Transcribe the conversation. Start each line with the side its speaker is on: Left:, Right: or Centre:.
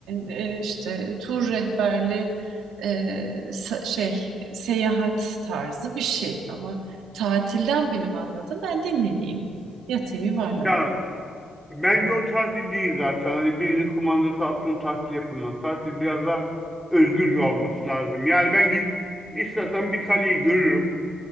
Right: e, işte tur rehberli e, sa- şey seyahat tarzı bir şey ama tatilden benim anladığım ben dinleneyim, yatayım, yuvarlanayım.
Centre: Ya bence o tatil değil zaten. Hani birinin kumandası altında tatil yapılmaz. Tatil biraz daha özgürce olması lazım. Yani ben gidip istersen bir kaleyi görürüm.